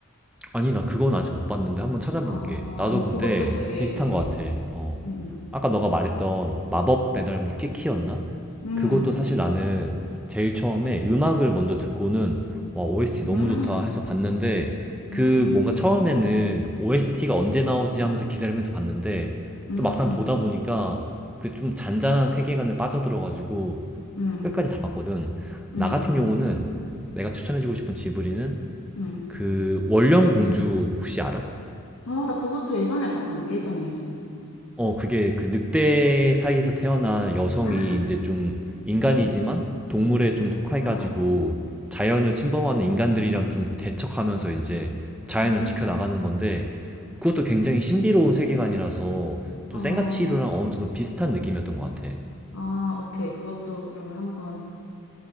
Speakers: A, in the centre; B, on the left.
A: 아니, 나 그건 아직 못 봤는데 한번 찾아볼게.
B: 아, 어,
A: 나도 근데
B: 그것도 되게,
A: 비슷한
B: 음,
A: 것 같아. 어.
B: 음,
A: 아까 너가 말했던 마법 배달부 키키였나?
B: 음,
A: 그것도 사실 나는 제일 처음에 음악을 먼저 듣고는 와, OST
B: 음,
A: 너무 좋다 해서 봤는데
B: 음,
A: 그 뭔가 처음에는 OST가 언제 나오지 하면서 기다리면서 봤는데
B: 음, 음,
A: 또 막상 보다 보니까 그 좀 잔잔한 세계관에 빠져들어가지고
B: 음,
A: 끝까지 다 봤거든.
B: 음,
A: 나 같은
B: 음.
A: 경우는 내가 추천해주고 싶은 지브리는
B: 음.
A: 그 원령 공주 혹시 알아?
B: 아, 나 그것도 예전에 봤던 것 같아. 예전에, 예전에.
A: 어, 그게 그 늑대 사이에서 태어난 여성이
B: 아,
A: 이제 좀 인간이지만 동물에 좀 속해가지고
B: 아,
A: 자연을 침범하는 인간들이랑 좀 대척하면서 이제 자연을
B: 음,
A: 지켜나가는 건데 그것도 굉장히 신비로운 세계관이라서 좀
B: 어,
A: 생가치로랑 어느 정도 비슷한 느낌이었던 것 같아.
B: 아, 오케이. 그것도 그러면 한번